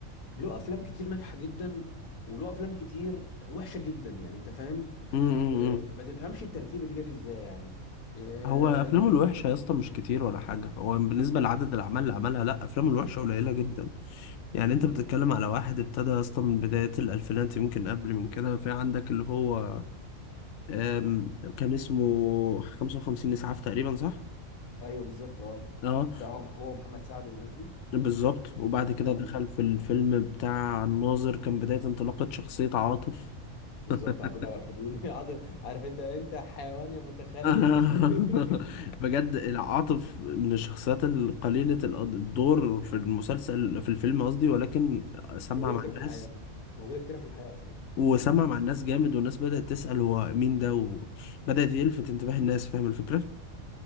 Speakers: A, on the left (about 85°); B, on the left (about 65°).
A: له افلام كتير ناجحه جدا وله افلام كتير وحشه جدا يعني انت فاهم
B: مم.
A: آه، ما تفهمش التركيبه دي جت ازاي يعني آه،
B: هو افلامه
A: ما تف-
B: الوحشه يا اسطى مش كتير ولا حاجه هو بالنسبه لعدد الاعمال اللي عملها لا افلامه الوحشه قليله جدا يعني انت بتتكلم على واحد ابتدى يا اسطى من بدايه الالفينات يمكن قبل من كده في عندك اللي هو آم، كان اسمه 55 اسعاف تقريبا صح
A: ايوه بالظبط اه
B: اه
A: انت هو هو محمد سعد والناس دي
B: بالظبط وبعد كده
A: اه
B: دخل
A: بالظبط
B: في الفيلم بتاع الناظر كان بدايه انطلاقه شخصيه عاطف
A: بالظبط
B: <laughs>
A: عبود على الحدود <laughs> عاطف عارف انت انت حيوان يا متخلف
B: <laughs>
A: <laughs>
B: بجد العاطف من الشخصيات القليلة الأد- الدور في المسلسل في الفيلم قصدي ولكن سمع
A: موجوده
B: مع
A: كتير
B: الناس
A: في الحياه موجوده كتير في الحياه اصلا
B: وسمع مع الناس جامد والناس بدأت تسأل هو مين ده وبدأت يلفت انتباه الناس فاهم الفكرة